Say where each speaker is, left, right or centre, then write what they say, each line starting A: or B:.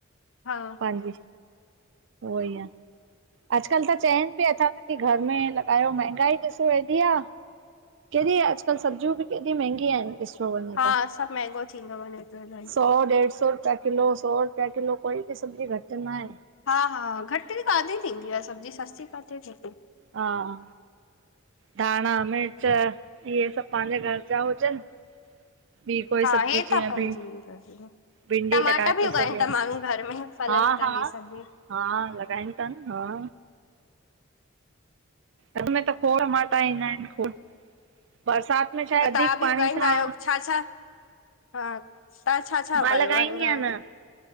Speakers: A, on the left; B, on the right.
A: हा
B: हांजी उहो ई आहे अॼुकल्ह त चवनि बि अथ की घर में लॻायो महांगाई ॾिसो ऐड़ी आहे केॾी अॼकल्ह सबजियूं बि केॾी महांगि आहिन तू वञ हिता
A: हा सभु महांगो थींदो वञे थो इलाही
B: सौ डेढ सौ रुपिया किलो सौ रुपिया किलो कोई बि सब्जी घटि न आहे।
A: हा हा घट त काथे थींदी आहे सब्जी सस्ती किथे थींदी।
B: हां धाणा मिर्च इहे सभु पंहिंजे घर जा हुजन। बि कोई
A: हा
B: सब्जी
A: हे
B: जीअं
A: त फलजी
B: बि
A: वेंदो
B: भिंडी
A: टमाटा
B: लॻाए
A: बि
B: थो
A: उगाइनि
B: संगे
A: था माण्हू घर में फलनि
B: हा
A: था
B: हा
A: हे सभ बि
B: हा लॻाइनि था न हा घर में त खोड़ टमाटा ईंदा आहिन खोड़ बरसाति में छा आहे
A: त
B: वधीक
A: तव्हां बि
B: पाणी
A: उगाईंदा
B: सां
A: आहियो छा छा हा तव्हां छा छा
B: मां
A: उगायो
B: लॻाईंदी
A: आहे हन
B: आहियां
A: घर
B: न
A: में?